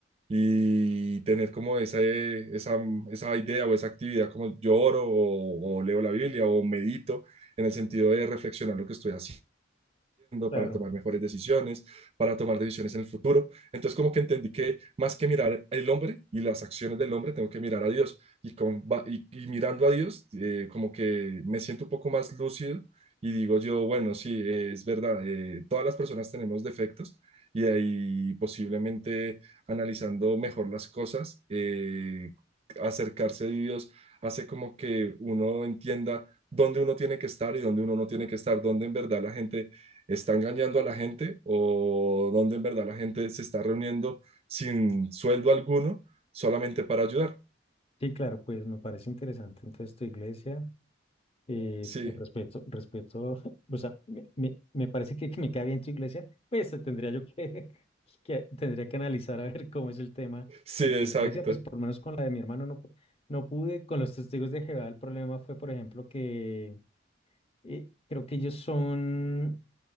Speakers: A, on the right; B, on the left.
A: y tener como esa, eh, esa, esa idea o esa actividad como yo oro o, o leo la Biblia o medito en el sentido de reflexionar lo que estoy haciendo
B: claro.
A: para tomar mejores decisiones, para tomar decisiones en el futuro. Entonces como que entendí que más que mirar el hombre y las acciones del hombre, tengo que mirar a Dios. Y, con, y, y mirando a Dios, eh, como que me siento un poco más lúcido y digo yo, bueno, sí, eh, es verdad, eh, todas las personas tenemos defectos y ahí posiblemente analizando mejor las cosas, eh, acercarse a Dios hace como que uno entienda dónde uno tiene que estar y dónde uno no tiene que estar, dónde en verdad la gente está engañando a la gente o donde en verdad la gente se está reuniendo sin sueldo alguno solamente para ayudar.
B: Sí, claro, pues me parece interesante. Entonces, tu iglesia, eh,
A: Sí,
B: pues, respeto, respeto, <laughs> o sea, me, me- me parece que, que me cae bien tu iglesia, pues eh, tendría yo que, <laughs> que, tendría que analizar a ver cómo es el tema
A: sí,
B: con
A: exacto.
B: tu iglesia, pues por lo menos con la de mi hermano no, pu- no pude, con los testigos de Jehová el problema fue, por ejemplo, que eh, creo que ellos son,